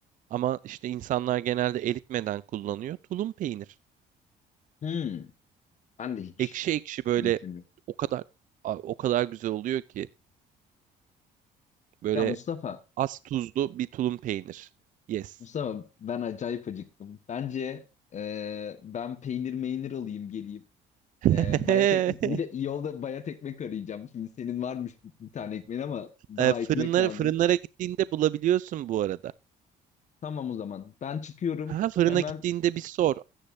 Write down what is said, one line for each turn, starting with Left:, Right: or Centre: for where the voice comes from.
Right: Ama işte insanlar genelde eritmeden kullanıyor. Tulum peynir.
Left: Hı. Ben de hiç
Right: Ekşi ekşi böyle
Left: eritilmiyor.
Right: o kadar a- o kadar güzel oluyor ki böyle
Left: Ya Mustafa
Right: az tuzlu bir tulum peynir. Yes.
Left: Mustafa ben acayip acıktım. Bence e, ben peynir meynir alayım geleyim.
Right: <laughs>
Left: E, bayat ekmek, bir de yolda bayat ekmek arayacağım. Şimdi senin varmış bir, bir tane ekmeğin ama daha
Right: E,
Left: ekmek
Right: fırınlara
Left: lazım.
Right: fırınlara gittiğinde bulabiliyorsun bu arada.
Left: Tamam o zaman. Ben çıkıyorum.
Right: Ha fırına
Left: Hemen
Right: gittiğinde bir sor.